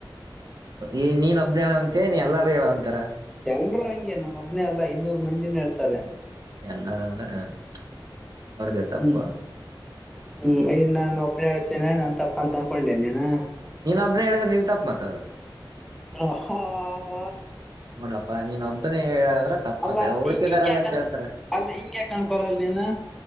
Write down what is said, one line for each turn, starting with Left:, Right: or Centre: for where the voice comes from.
Right: ಈ ನೀನ್ ಒಬ್ಬನ ಹೇಳ ಅಂತೆ ನೀನ್ ಎಲ್ಲಾರೂ ಹೇಳ ಅಂತಾರ
Centre: ಎಲ್ರುೂ ಹಂಗೆ ನಾನ ಒಬ್ನೇ ಅಲ್ಲಾ ಇನ್ನೂರ್ ಮಂದಿನು ಹೇಳ್ತಾರೆ
Right: ಎಲ್ಲಾರ ಅಂದ್ರೆ <inaudible> ಅವ್ರಿಗೆ ತಪ್ಪ
Centre: ಹ್ಮ್ ಹ್ಮ್ ಈನ್ ನಾನ ಒಬ್ನ ಹೇಳ್ತೇನೆ ನನ್ ತಪ್ಪ ಅಂತ ಅನ್ಕೊಂಡೇನ್ ನೀನ
Right: ನೀನ್ ಅಬ್ಬ್ರ ಹೇಳಿದ್ರೆ ನೀನ್ ತಪ್ಪ ಮಾತದ
Centre: ಹ ಹ ಹ
Right: ಹನಪ್ಪಾ ನೀನ್ ನ ಹೇಳದ್ರೆ ತಪ್ಪತ್ತ
Centre: ಅಲ್ಲ
Right: ಹುಡುಕಿದಾರಲ್ಲ
Centre: ಹಿಂಗ್ ಹಿಂಗ್ ಯಾಕ
Right: ಕೇಳ್ತಾರೆ
Centre: ಅನ್ಕ ಅಲ್ಲ ಹಿಂಗ್ ಯಾಕ ಅನ್ಕೊಳಲ್ ನೀನು